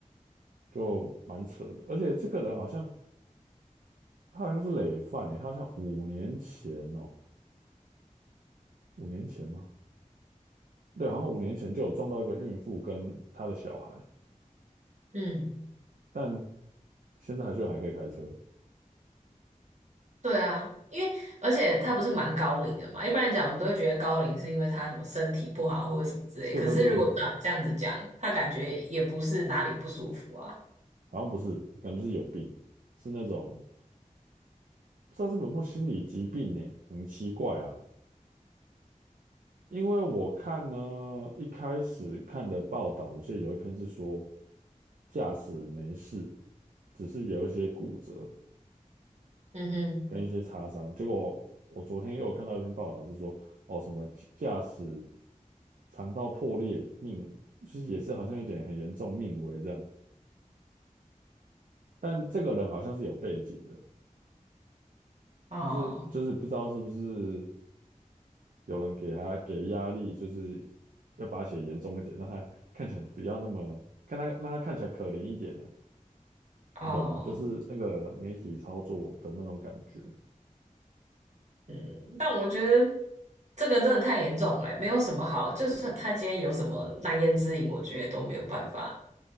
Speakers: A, on the right; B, on the right.
A: 就蛮扯的，而且这个人好像他好像是累犯诶，他好像五年前哦，五年前吗？对，好像五年前就有撞到一个孕妇跟她的小孩，
B: 嗯。
A: 但现在还居然还可以开车，
B: 对啊，因为而且他不是蛮高龄的嘛，一般来讲我们都会觉得高龄是因为他什么身体不好或者什么之类，
A: 对对对，
B: 可是如果照你这样子讲，他感觉也不是哪里不舒服啊。
A: 好像不是，感觉是有病，是那种。不知道是不是有心理疾病呢、很奇怪啊。因为我看呢，一开始看的报道，我记得有一篇是说驾驶没事，只是有一些骨折
B: 嗯哼，
A: 跟一些擦伤。结果我昨天又有看到一篇报道是说，哦，什么驾驶肠道破裂，命就是也是好像有点很严重，命危这样。但这个人好像是有背景的，
B: 哦
A: 就是就是不知道是不是。有人给他给压力，就是要把他写严重一点，让他看起来不要那么，看他让他看起来可怜一点啊，
B: 哦，
A: 你懂吗？就是那个媒体操作的那种感觉，
B: 嗯，但我觉得这个真的太严重了欸，没有什么好，就算他今天有什么难言之隐，我觉得都没有办法，